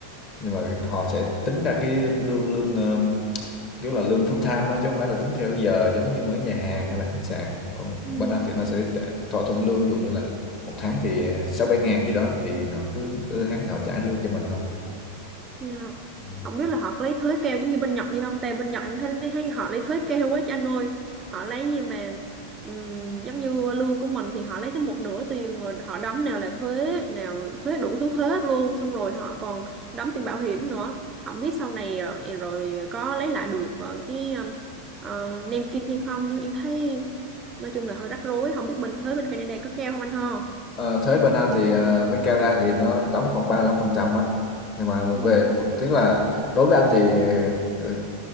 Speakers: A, on the left; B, on the right.
A: nhưng mà họ sẽ tính ra cái lương lương ờm, kiểu là lương full time á chứ không phải là tính theo giờ giống như mấy nhà hàng hay là khách sạn còn
B: Ừ.
A: bên anh thì nó sẽ trả, thỏa thuận lương ví dụ như là một tháng thì sáu bảy ngàn gì đó thì họ cứ tới tháng thì họ trả lương cho mình thôi
B: Dạ.
A: Ừ.
B: Không biết là họ có lấy thới keo giống như bên Nhật đi không? Tại bên Nhật em thấy, thấy họ lấy thới keo quá chứ anh ơi. Họ lấy gì mà ừm, giống như lương của mình thì họ lấy tới một nửa tiền rồi họ đóng nào là thuế, nào thuế đủ thứ thuế hết luôn. Xong rồi họ còn đóng tiền bảo hiểm nữa. Không biết sau này ờ, rồi có lấy lại được ờ, cái ờ, nền kinh thì không. Nhưng em thấy nói chung là hơi rắc rối. Không biết bên thuế bên Canada có keo không anh ho?
A: Ờ, thuế bên Anh thì uh, với Canada thì nó đóng khoảng 35% á nhưng mà
B: Ừ.
A: về tức là đối với anh thì ờ,